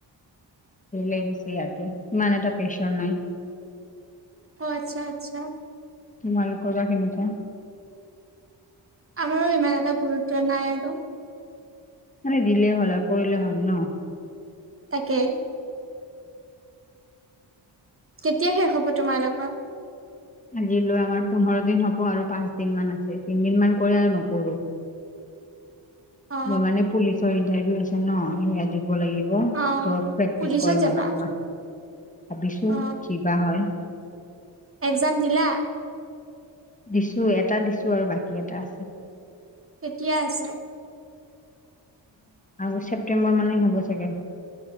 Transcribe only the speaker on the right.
অ আচ্ছা আচ্ছা।
আমাৰো ইমান এটা গুৰুত্ব নাই আৰু।
তাকে। কেতিয়া শেষ হ'ব তোমাৰ লগোকৰ।
অ
অ
পুলিচত
যাবা?
অ
এক্জাম দিলা।
কেতিয়া আছে।